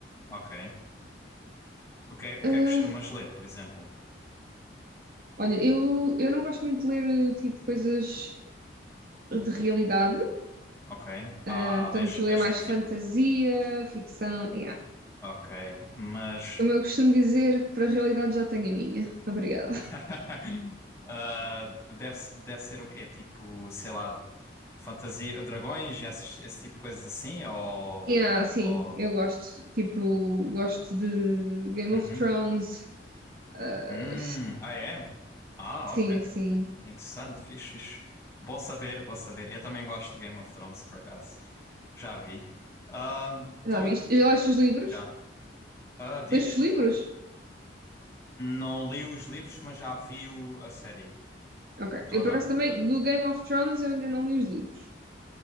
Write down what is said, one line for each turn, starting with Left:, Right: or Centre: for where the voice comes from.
Left: Ok. O que é, o
Right: Ah,
Left: que é que costumas ler, por exemplo?
Right: olha, eu, eu não gosto muito de ler, tipo, coisas de realidade,
Left: Ok. Ah,
Right: ah, portanto,
Left: lês, lês
Right: é mais
Left: tipo fic...
Right: fantasia, ficção, yeah.
Left: Ok, mas
Right: Como eu costumo dizer, para a realidade já tenho a minha. Obrigada.
Left: <laughs> Ah, deve, deve ser o quê? Tipo, sei lá, fantasia, dragões, esse, esse tipo de coisas assim? Ou.
Right: E ah, sim,
Left: ou...
Right: eu gosto. Tipo, gosto de Game
Left: Uhum.
Right: of Thrones. ah,
Left: Hum, ah, é? Ah,
Right: sim,
Left: ok.
Right: sim.
Left: Interessante, fixe, fixe. Bom saber, bom saber. Eu também gosto do Game of Thrones, por acaso. Já vi. Ah, então,
Right: Já viste? Já leste os livros?
Left: já. Ah, diz?
Right: Leste os livros?
Left: Não li os livros, mas já vi o- a série
Right: Ok.
Left: toda.
Right: Eu, por acaso, também do Game of Thrones eu ainda não li os livros.